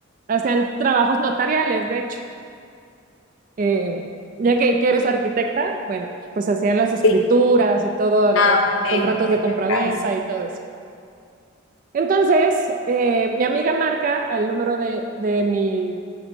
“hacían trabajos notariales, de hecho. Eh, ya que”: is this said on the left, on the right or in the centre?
Right